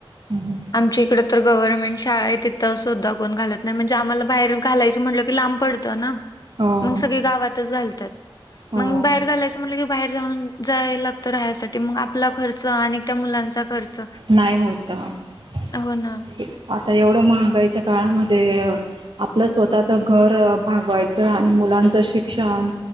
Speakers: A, on the right (about 60°); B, on the left (about 45°).
A: हम्म.
B: आमच्या इकडं तर गव्हर्में शाळा आहे तिथं सुद्धा कोण घालत नाही, म्हणजे आम्हाला बाहेर घालायचं म्हटलं की लांब पडतं ना.
A: हो
B: मग सगळे गावातच घालतात,
A: हो
B: मग बाहेर घालायचं म्हटलं की बाहेर जाऊन जाय लागत राह्यसाठी मग आपला खर्च आणि त्या मुलांचा खर्च
A: नाही होत <inaudible>
B: हो ना
A: आता एवढं महागाईच्या काळामध्ये अ आपलं स्वतःच घर भागवायचं आणि मुलांचं शिक्षण